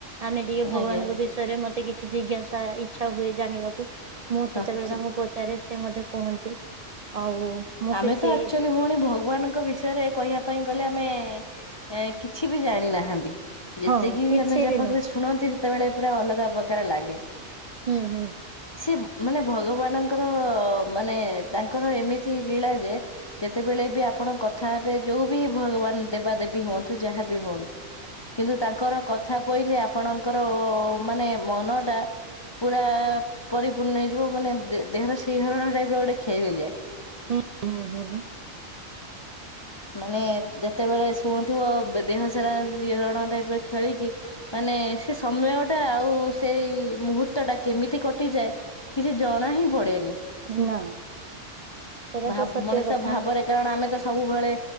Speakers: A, on the right (about 80°); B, on the left (about 40°).
A: ଆମେ ଟିକେ ଭଗବାନଙ୍କ
B: ଆଜ୍ଞା
A: ବିଷ ୟରେ ମତେ କିଛି ଜିଜ୍ଞାସା ଇଚ୍ଛା ହୁଏ ଜାଣିବାକୁ ମୁଁ ସେତେବେଳେ
B: ପ୍ରାର୍ଥ
A: ତାଙ୍କୁ ପଚାରେ ସେ ମଧ୍ୟ କୁହନ୍ତି। ଆଉ ମୁଁ
B: ଆମେ
A: କିଛି
B: ତ ଆକ୍ଚୁଆଲି ଭଉଣୀ ଭଗବାନଙ୍କ ବିଷ ୟରେ କହିବା ପାଇଁ ଗଲେ ଆମେ ଏଁ କିଛି ବି ଜାଣିନାହାଁନ୍ତି। ଯେତିକି
A: ହଁ
B: ବି
A: କିଛି
B: ଆମେ ଯା ପାଖରେ
A: ନୁହଁ
B: ଶୁଣନ୍ତି ସେତେବେଳେ ପୁରା ଅଲଗା ପ୍ରକାର ଲାଗେ।
A: ହୁଁ ହୁଁ।
B: ସିଏ ମାନେ ଭଗବାନଙ୍କର ମାନେ ତାଙ୍କର ଏମିତି ଲୀଳା ଯେ ଯେତେବେଳେ ବି ଆପଣ କଥା ହେବେ ଯୋଉ ବି ଭଗବାନ ଦେବା ଦେବୀ ହୁଅନ୍ତୁ ଯାହା ବି ହୁଅନ୍ତୁ। କିନ୍ତୁ ତାଙ୍କର କଥା ପଇଲେ ଆପଣଙ୍କର ମାନେ ମନ ଟା ପୁରା ପରିପୂର୍ଣ୍ଣ ହେଇଯିବ ମାନେ ଦେ ଦେହର ସିହରଣ ଟାଇପ ର ଗୋଟେ ଖେଳିଇଯାଏ।
A: ହୁଁ ହୁଁ ହୁଁଁ।
B: ମାନେ ଯେତେବେଳେ ଶୁଣୁଥିବ ଦେହ ସାରା ସିହରଣ ଟାଇପର ଖେଳିକି ମାନେ ସେ ସମୟ ଟା ଆଉ ସେଇ ମୁହୂର୍ତ୍ତ ଟା କେମିତି କଟିଯାଏ କିଛି ଜଣା ହିଁ ପଡେନି।
A: ନା। ସେଇଟା
B: ଭାବ୍
A: ତ ସତ୍ୟ
B: ମଣିଷ
A: କଥା
B: ଭାବରେ କାରଣ ଆମେ ତ ସବୁବେଳେ